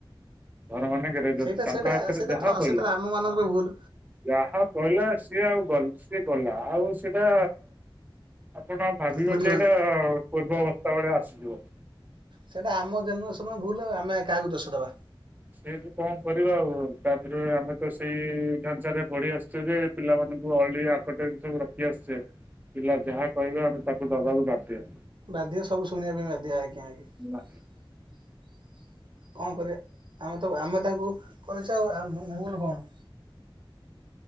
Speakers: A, on the right; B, on the right.
A: ବର ମାନେ <unintelligible>
B: ସେଇଟା
A: ତାଙ୍କ
B: ସେଇଟା
A: ହାତରେ
B: ସେଇଟା
A: ଯାହା
B: ତ
A: ପହିଲା
B: ସେଇଟା ଆମ ମାନଙ୍କର ଭୁଲ
A: ଯାହା କହିଲା ସିଏ ଆଉ ସିଏ ଗଲା ଆଉ ସେଇଟା ଆପଣ ଭାବିଛନ୍ତି
B: ମିଳିବନି
A: ଯେ ଏଇଟା ପୂର୍ବ ଅବସ୍ଥା ଭେଳିଆ ଆସିଯିବ।
B: ସେଇଟା ଆମ ଜେନେରେସନ ଭୁଲ ଆମେ କାହାକୁ ଦୋଷ ଦବା।
A: ସେଏବେ କଣ କରିବା ଆଉ ତାପରେ ଆମେ ତ ସେଇ ଢାଞ୍ଚାରେ ପଢି ଆସିୁଛୁ ଯେ। ପିଲାମାନାନଙ୍କୁ ଅଳି ଆକଟ <unintelligible> ଏ ସବୁ ରଖି ଆସଛେ ପିଲା ଯାହା କହିବେ ଆମେ ତାକୁ ଦବାକୁ ବାଧ୍ୟ।
B: ବାଧ୍ୟ ସବୁ ଶୁଣିବା ପାଇଁ ବାଧ୍ୟ ଆଜ୍ଞା ଆଜ୍ଞା।
A: ହେଲା
B: କଣ କରିବା। ଆମେ ତ ଆମେ ତାଙ୍କୁ କରିଛେ ଆଉ ଭୁଲ କଣ? <inaudible>